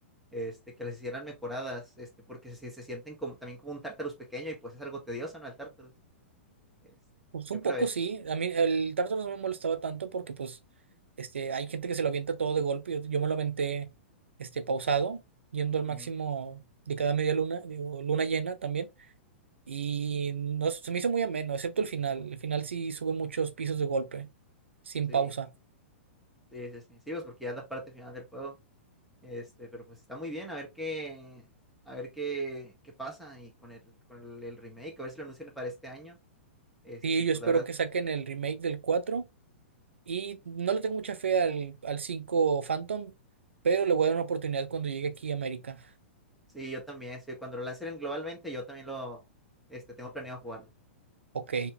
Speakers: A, in the centre; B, on the right.
A: este, que las hicieran mejoradas, este, porque se, se sienten como, también como un Tartarus pequeño y pues es algo tedioso, ¿no? El Tartarus. Este,
B: Pues
A: yo
B: un
A: creo
B: poco
A: eso.
B: sí.
A: ¿no?
B: A mí el Tartarus no me molestaba tanto porque pues este, hay gente que se lo avienta todo de golpe. Yo, yo me lo aventé este, pausado, yendo al máximo
A: Ujú,
B: de cada media luna, digo, luna llena también. Y no, se me hizo muy ameno, excepto el final. El final sí sube muchos pisos de golpe, sin
A: Sí,
B: pausa.
A: sí, sí, sí. Sí, pues porque ya es la parte final del juego. Este, pero pues está muy bien, a ver qué, a ver qué, qué pasa y con el, con el, el remake, a ver si lo anuncian para este año. Este,
B: Y
A: y
B: yo
A: pues
B: espero
A: la verdad,
B: que saquen el remake del cuatro Y no le tengo mucha fe al, al cinco Phantom, pero le voy a dar una oportunidad cuando llegue aquí a América.
A: sí, yo también, sí, cuando lo lancen globalmente, yo también lo, este, tengo planeado jugarlo.
B: Ok.